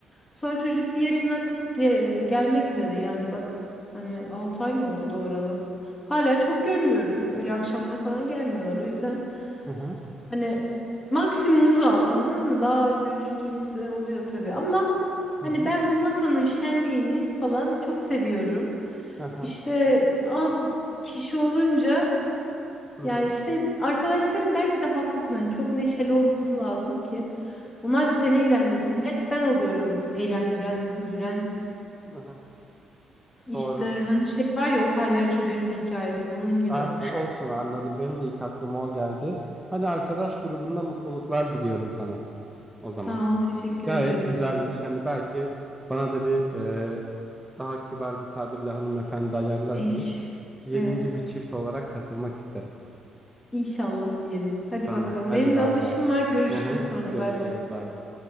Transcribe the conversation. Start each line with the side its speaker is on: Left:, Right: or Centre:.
Left: Sonra çocuk bir yaşına ge- gelmek üzere yani bak. Hani 6 ay mı oldu doğuralı? Hala çok görmüyoruz. Öyle akşamları falan gelmiyorlar. O yüzden
Centre: aha,
Left: hani maksimumuz altı anladın mı? Daha az görüştüğümüz de oluyor tabii ama hani
Centre: aha,
Left: ben bu masanın şenliğini falan çok seviyorum.
Centre: aha,
Left: İşte az kişi olunca
Centre: aha,
Left: yani işte arkadaşlarım belki de haklısın hani çok neşeli olması lazım ki onlar da seni eğlendirsin. Hep ben oluyorum eğlendiren, güldüren.
Centre: aha.
Left: İşte
Centre: Doğru.
Left: hani şey var ya o palyaço benim hikayesi onun gibi.
Centre: Aynen olsun anladım. Benim de ilk aklıma o geldi. Hadi arkadaş grubunda mutluluklar diliyorum sana o zaman.
Left: Sağ ol, teşekkür
Centre: Gayet
Left: ederim.
Centre: güzelmiş. Hani belki bana da bir e, daha kibar bir tabirle hanımefendi ayarlarsanız
Left: Eş.
Centre: yedinci
Left: Evet.
Centre: bir çift olarak katılmak isterim.
Left: İnşallah diyelim. Hadi
Centre: Tamam.
Left: bakalım.
Centre: Hadi
Left: Benim
Centre: bay
Left: az işim
Centre: bay.
Left: var. Görüşürüz
Centre: Aha,
Left: sonra.
Centre: görüşürüz
Left: Bay bay.
Centre: bay bay.